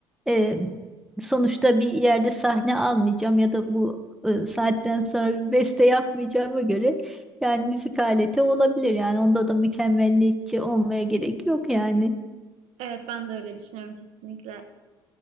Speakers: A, in the centre; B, on the right.
A: e, sonuçta bir yerde sahne almayacağım ya da bu e, saatten sonra bir beste yapmayacağıma göre yani müzik aleti olabilir yani onda da mükemmelliyetçi olmaya gerek yok yani.
B: Evet ben de öyle düşünüyorum kesinlikle.